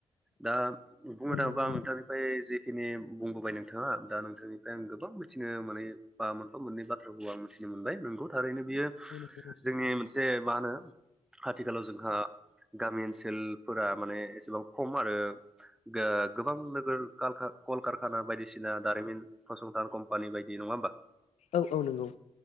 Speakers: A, in the centre; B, on the left.
A: दा बुंनो
B: औ
A: थाङोबा
B: नंगौ
A: आं
B: नोंथां
A: नोंथांनिफ्राय जेखिनि बुंबोबाय नोंथाङा दा नोंथांनि फ्राय आं गोबां मिथिनो मानै बा मोनफा मोननै बाथ्राखौ आं मिथिनो मोनबाय नोंगौ थारैनो बियो
B: औ नंगौ
A: जोंनि मोनसे मा होनो आथिखालाव जोंहा गामि ओनसोलफोरा माने एसेबां खम आरो गो गोबां नोगोर कलकारखाना बायदिसिना दारिमिन फसंथान कम्पानि बायदि नङा होमबा।
B: औ औ नंगौ।